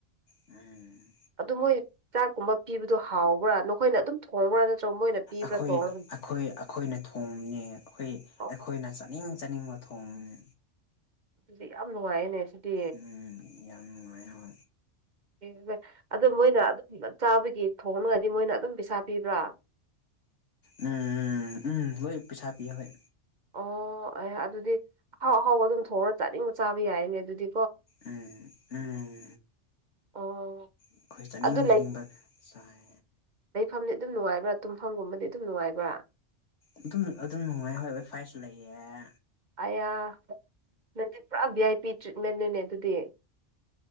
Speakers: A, on the left; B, on the right.
A: ꯎꯝ
B: ꯑꯗꯨ ꯃꯣꯏ ꯆꯥꯛꯀꯨꯝꯕ ꯄꯤꯕꯗꯣ ꯍꯥꯎꯕ꯭ꯔꯥ ꯅꯈꯣꯏꯅ ꯑꯗꯨꯝ ꯊꯣꯡꯕ꯭ꯔꯥ ꯅꯠꯇ꯭ꯔꯒ ꯃꯣꯏꯅ ꯄꯤꯕ꯭ꯔꯥ
A: ꯑꯩꯈꯣꯏ
B: ꯊꯣꯡꯉꯒ
A: ꯑꯩꯈꯣꯏ ꯑꯩꯈꯣꯏꯅ ꯊꯣꯡꯅꯤ ꯑꯩꯈꯣꯏ
B: ꯑꯣ
A: ꯑꯩꯈꯣꯏꯅ ꯆꯥꯅꯤꯡ ꯆꯥꯅꯤꯡꯕ ꯊꯣꯅꯨꯃꯤ
B: ꯑꯗꯨꯗꯤ ꯌꯥꯝ ꯅꯨꯡꯉꯥꯏꯌꯦꯅꯦ ꯁꯤꯗꯤ
A: ꯎ ꯌꯥꯝꯡ ꯅꯨꯡꯉꯥꯏꯍ
B: ꯑꯦ ꯑꯗꯨ ꯃꯣꯏꯅ ꯑꯗꯨꯝ ꯆꯥꯕꯒꯤ ꯊꯣꯡꯅꯉꯗꯤ ꯃꯣꯏꯅ ꯑꯗꯨꯝ ꯄꯩꯁꯥ ꯄꯤꯕ꯭ꯔꯥ
A: ꯎꯝ ꯎꯝ ꯎꯝ ꯂꯣꯏ ꯄꯁꯥ ꯄꯤ ꯍꯣꯏ
B: ꯑꯣ ꯑꯦ ꯑꯗꯨꯗꯤ ꯑꯍꯥꯎ ꯑꯍꯥꯎꯕ ꯑꯗꯨꯝ ꯊꯣꯡꯑꯒ ꯆꯥꯅꯤꯡꯕ ꯆꯥꯕ ꯌꯥꯏꯅꯦ ꯑꯗꯨꯗꯤ
A: ꯎꯝ ꯎꯝ
B: ꯑꯣ
A: ꯑꯩꯈꯣꯏ ꯆꯠꯅꯤꯡꯖꯅꯤꯡꯕ
B: ꯑꯗꯨ
A: ꯆꯥꯏ
B: ꯃꯐꯝꯗꯤ ꯑꯗꯨꯝ ꯅꯨꯡꯉꯥꯏꯕ꯭ꯔꯥ ꯇꯨꯝꯐꯝꯒꯨꯝꯕꯗꯤ ꯑꯗꯨꯝ ꯅꯨꯡꯉꯥꯏꯕ꯭ꯔꯥ
A: ꯑꯗꯨꯝ ꯑꯗꯨꯝ ꯅꯨꯡꯉꯥꯏ ꯍꯣꯏ ꯍꯣꯏ ꯐꯥꯏꯁꯨ ꯂꯩꯌꯦꯦ
B: ꯑꯌꯥ ꯅꯗꯤ ꯄꯨꯔꯥ ꯚ ꯑꯥꯏ ꯄꯤ ꯇ꯭ꯔꯤꯠꯃꯦꯟꯅꯤꯅꯦ ꯑꯗꯨꯗꯤ